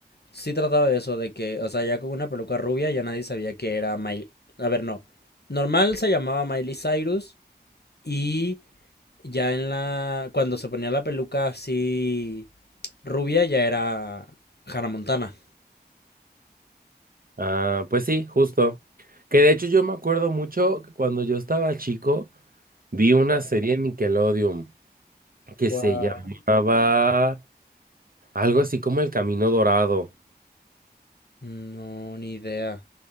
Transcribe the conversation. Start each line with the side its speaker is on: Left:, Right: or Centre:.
Left: sí trataba de eso, de que, o sea, ya con una peluca rubia ya nadie sabía que era Miley. A ver, no. Normal se llamaba Miley Cyrus y ya en la... Cuando se ponía la peluca así rubia ya era Hannah Montana.
Right: Ah, pues sí, justo. Que de hecho yo me acuerdo mucho que cuando yo estaba chico, vi una serie en Nickelodeon que
Left: ¿Cuál?
Right: se llamaba algo así como El Camino Dorado.
Left: No, ni idea.